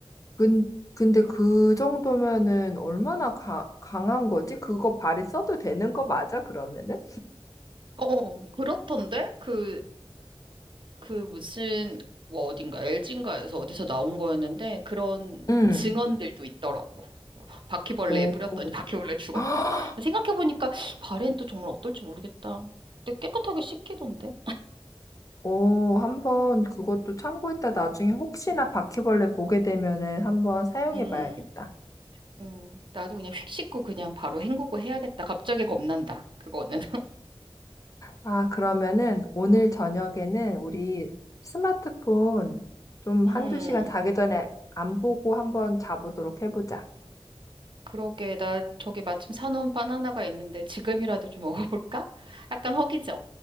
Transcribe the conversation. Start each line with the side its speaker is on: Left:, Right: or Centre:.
Left: 근, 근데 그 정도면은 얼마나 가, 강한 거지? 그거 발에 써도 되는 거 맞아, 그러면은?
Right: 어, 어, 어. 그렇던데? 그 그 무슨 뭐 어딘가 엘진인가에서 어디서 나온 거였는데 그런
Left: 응.
Right: 증언들도 있더라고. 막 바퀴벌레에
Left: 오,
Right: 뿌렸더니 <laughs> 바퀴벌레 죽었다.
Left: <gasps>
Right: 생각해보니까 발엔 또 정말 어떨지 모르겠다. 근데 깨끗하게 씻기던데.
Left: 오, 한 번 그것도 참고했다. 나중에
Right: 음.
Left: 혹시나 바퀴벌레 보게 되면은 한번 사용해
Right: 음,
Left: 봐야겠다.
Right: 음, 나도 그냥 휙 씻고 그냥 바로 헹구고 해야겠다. 갑자기 겁난다. 그거는.
Left: 아, 그러면은 오늘
Right: <laughs>
Left: 저녁에는
Right: 음,
Left: 우리 스마트폰 좀 한두
Right: 음,
Left: 시간 자기 전에 안 보고 한번 자보도록 해보자.
Right: 그러게. 나 저기 마침 사놓은 바나나가 있는데 지금이라도 좀 먹어볼까? 약간 허기져.